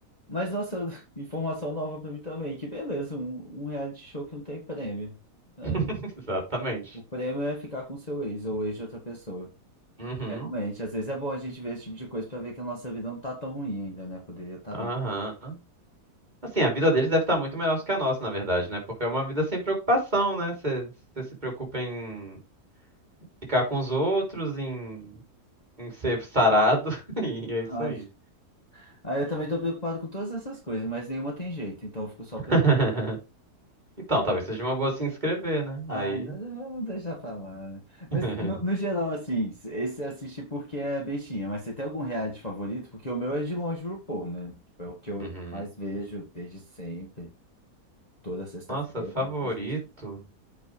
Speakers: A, on the left (about 25°); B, on the right (about 25°).
A: Mas, nossa, eu- <laughs> informação nova para mim também. Que beleza, um, um reality show que não tem prêmio. É,
B: <laughs> Exatamente.
A: o prêmio é ficar com seu ex ou ex de outra pessoa.
B: Uhum,
A: Realmente, às vezes é bom a gente ver esse tipo de coisa para ver que a nossa vida não tá tão ruim ainda, né? Poderia estar
B: aham.
A: bem.
B: Assim, a vida deles deve estar muito melhor que a nossa, na verdade, né? Porque é uma vida sem preocupação, né? Você você se preocupa em ficar com os outros, em Em ser sarado, <laughs> e é isso
A: Ai,
B: aí.
A: aí eu também tô preocupado com todas essas coisas, mas nenhuma tem jeito, então eu fico só
B: <laughs>
A: preocupado.
B: Então, talvez seja uma boa se inscrever, né?
A: Ai,
B: Aí.
A: não- não, vamos deixar pra lá, né? Mas
B: <laughs>
A: no, no geral, assim, esse assiste porque é bestinha, mas você tem algum reality favorito? Porque o meu é de longe o RuPaul, né? Tipo, É o que eu
B: Uhum.
A: mais vejo desde sempre, toda sexta-feira,
B: Nossa, favorito?
A: né? mas você.